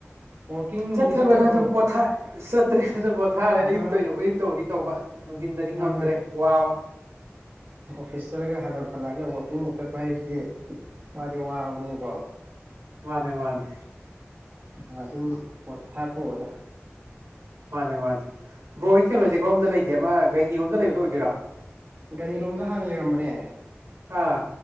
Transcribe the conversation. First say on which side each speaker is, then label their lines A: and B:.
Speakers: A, on the right; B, on the right.
A: ꯋꯥꯛꯀꯤꯡ ꯅꯨꯡꯗꯤ
B: ꯆꯠꯇ꯭ꯔꯦ
A: ꯆꯠꯇ꯭ꯔꯕꯣ
B: ꯕꯔꯗꯔ ꯑꯗꯨꯝ ꯄꯣꯊꯥꯏ ꯆꯠꯇ꯭ꯔꯦ ꯑꯗꯨ ꯄꯣꯊꯥꯔꯦ
A: ꯑꯥ
B: ꯑꯌꯨꯛꯇꯒꯤꯗꯧꯕ ꯑꯌꯨꯛꯇꯕꯨꯗꯤ ꯇꯧꯕ ꯅꯨꯡꯊꯤꯟꯗꯗꯤ
A: ꯍꯣꯏ
B: ꯉꯝꯗ꯭ꯔꯦ
A: ꯍꯣꯏ
B: ꯋꯥꯕ
A: ꯐꯤꯁ ꯆꯠꯂꯒꯜꯂꯛ ꯍꯜꯂꯛꯑꯒ ꯋꯥꯛꯀꯤꯡ ꯃꯨꯛ ꯆꯠꯄ ꯍꯥꯏꯕꯁꯤ ꯋꯥꯗꯤ ꯋꯥꯕꯅꯤꯅꯀꯣ
B: ꯃꯥꯅꯤ ꯃꯥꯅꯤ
A: ꯑꯗꯨꯝ ꯄꯣꯊꯥ ꯊꯣꯛꯑꯗ
B: ꯃꯥꯅꯦ ꯃꯥꯅꯦ ꯕ ꯍꯣꯏ ꯀꯩꯅꯣꯦ ꯀꯣꯝꯗ ꯂꯩ ꯌꯦ ꯑꯃ ꯒꯩꯅꯤꯔꯣꯝꯗ ꯂꯩꯕꯗꯣ ꯑꯣꯏꯗꯣꯏꯔꯥ
A: ꯒꯥꯅꯤ ꯂꯣꯝꯗ ꯍꯥꯟꯅ ꯂꯩꯔꯝꯕꯅꯦ
B: ꯑꯥ